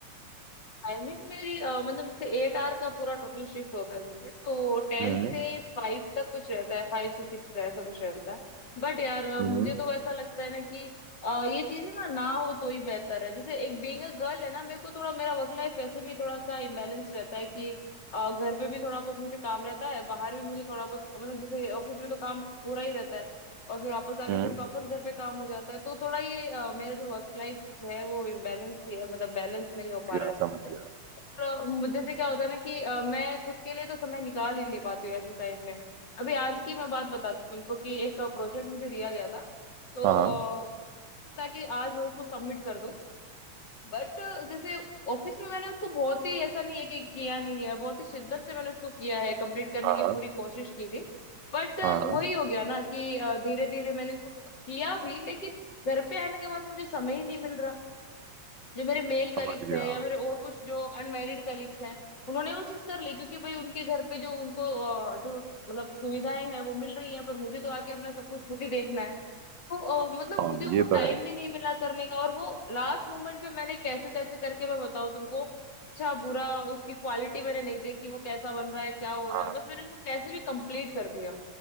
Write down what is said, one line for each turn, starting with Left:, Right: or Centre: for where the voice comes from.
Left: टाइमिंग मेरी अ, मतलब जैसे एट आवर का पूरा टोटल शिफ्ट होता है जैसे तो टेन
Right: हम्म
Left: से फाइव तक कुछ रहता है फाइव से सिक्स का ऐसा कुछ रहता है बट यार अ,
Right: हम्म
Left: मुझे तो ऐसा लगता है ना कि अ, ये चीज है ना ना हो तो ही बेहतर है जैसे एक बीइंग अ गर्ल है ना मेरे को थोड़ा मेरा वर्क लाइफ वैसे भी थोड़ा सा इम्बेलेंस रहता है कि अ, घर पे भी थोड़ा बहुत मुझे काम रहता है बाहर भी मुझे थोड़ा बहुत मतलब जैसे ऑफिस में तो काम पूरा ही रहता है और फिर वापस आके
Right: हम्म
Left: फिर वापस घर पे काम हो जाता है तो थोड़ा ये अ, मेरा जो वर्क लाइफ है वो इम्बेलेंस्ड ही है मतलब बैलेंस नहीं हो
Right: समझ
Left: पा
Right: गया
Left: रहा है अच्छे
Right: समझ
Left: से
Right: गया
Left: और मुझे जैसे क्या होता है ना कि अ, मैं खुद के लिए तो समय निकाल ही नहीं पाती हूँ ऐसे टाइम में अभी आज की मैं बात बताती हूँ तुमको कि एक प्रोजेक्ट मुझे दिया गया था तो
Right: हाँ
Left: अ, ताकि आज मैं उसको सबमिट कर दूं बट जैसे ऑफिस में मैंने उसको बहुत ही ऐसा नहीं है कि किया नहीं है बहुत ही शिद्दत से मैंने उसको किया है कंप्लीट करने
Right: हाँ
Left: की
Right: हाँ
Left: पूरी कोशिश की थी बट
Right: हाँ हाँ,
Left: वही
Right: हाँ,
Left: हो गया ना कि धीरे धीरे मैंने उसको किया भी लेकिन घर पे आने के बाद मुझे समय ही नहीं मिल रहा जो मेरे मेल कलीग्स
Right: समझ गया
Left: हैं या मेरे और कुछ जो अनमैरिड कलीग्स हैं उन्होंने वो चीज कर ली क्योंकि भाई उनके घर पे जो उनको अ, जो मतलब सुविधाएं हैं वो मिल रही हैं पर मुझे तो आके अपना सब कुछ खुद ही देखना है तो अ, मतलब
Right: हाँ
Left: मुझे वो
Right: ये तो
Left: टाइम
Right: है
Left: भी नहीं मिला करने का और वो लास्ट मोमेंट पे मैंने कैसे तैसे करके मैं बताऊँ तुमको अच्छा बुरा उसकी क्वालिटी मैंने नहीं देखी वो कैसा बन रहा है क्या हो रहा
Right: हाँ
Left: है
Right: हाँ,
Left: बस मैंने उसको कैसे भी कंप्लीट कर दिया